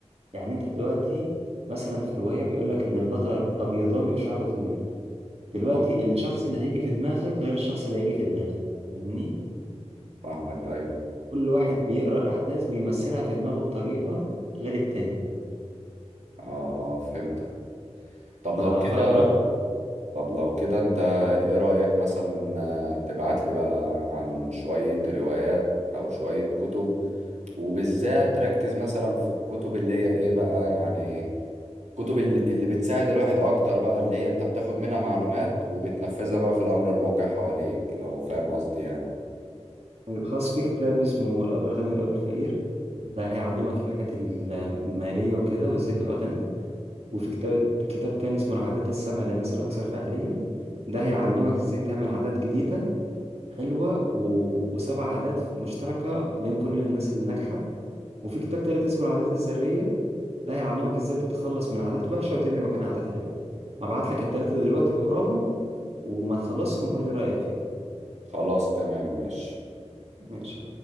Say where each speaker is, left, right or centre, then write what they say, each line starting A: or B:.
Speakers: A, on the right; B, on the right.
A: يعني انت دلوقتي مثلا في روايه بيقول لك ان البطل ابيضاني وشعره طويل دلوقتي
B: اه
A: الشخص اللي هيجي في دماغك غير الشخص اللي هيجي في دماغي فاهمني
B: فاهمك ايوه
A: كل واحد بيقرا الاحداث بيمثلها في دماغه بطريقه غير التاني
B: اه اه فهمتك طب
A: ف...
B: لو كده
A: فالو-
B: طب لو كده انت ايه رأيك مثلا آه، تبعت لي بقى عن شوية روايات او شوية كتب وبالذات ركز مثلا في الكتب اللي هي ايه بقى يعني كتب ال- اللي بتساعد الواحد اكتر بقى اللي هي انت بتاخد منها معلومات وبتنفذها بقى في الامر الواقع حواليك لو فاهم قصدي يعني
A: خاص في كتاب اسمه الأب الغني والأب الفقير ده هيعلمك الحاجات المالية وكده وازاي تبقى غني وفي كتاب كتاب تاني اسمه العادات السبع للناس الأكثر فعالية ده هيعلمك ازاي تعمل عادات جديدة حلوة و... وسبع عادات مشتركة بين كل الناس اللي ناجحة وفي كتاب تالت اسمه العادات الذرية ده هيعلمك ازاي تتخلص من عادات وحشة وتبني مكانها عادات حلوة هبعت لك التلاتة دلوقتي واقراهم وما تخلصهم قول لي رأيك فيهم
B: خلاص تمام ماشي
A: ماشي